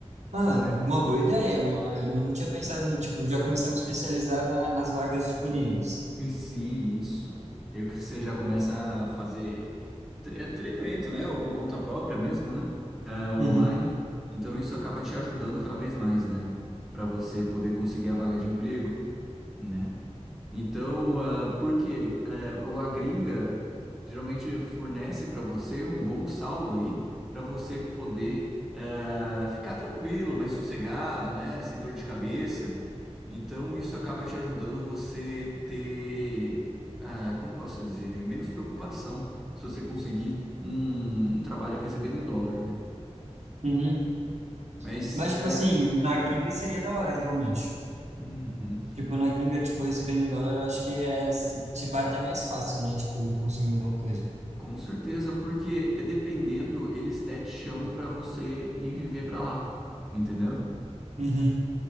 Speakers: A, on the right; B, in the centre.
A: Ah,
B: sabe?
A: uma boa ideia, uma, eu não tinha pensado, em, tipo, já começar a me especializar na- nas vagas disponíveis.
B: E sim, isso. Eu que você já começa a fazer é treinamento, né? Ou por conta própria mesmo, né? É, online.
A: Uhum,
B: Então isso acaba te ajudando cada vez mais, né? Para você poder conseguir a vaga de emprego, né? Então, ah, porque ah, a gringa geralmente fornece para você um bom saldo aí, para você poder ah, ficar tranquilo, mais sossegado, né? Sem dor de cabeça. Então, isso acaba te ajudando você ter, ah, como posso dizer, menos preocupação se você conseguir um, um trabalho recebendo em dólar, né?
A: uhum.
B: Mas,
A: Mas,
B: é,
A: tipo assim, na gringa seria da hora, realmente.
B: uhum.
A: Tipo, na gringa, tipo, recebendo em dólar, eu acho que é, tipo, até mais fácil, né? Tipo, conseguir alguma coisa.
B: Com certeza, porque dependendo, eles até te chamam pra você ir viver pra lá, entendeu?
A: Uhum.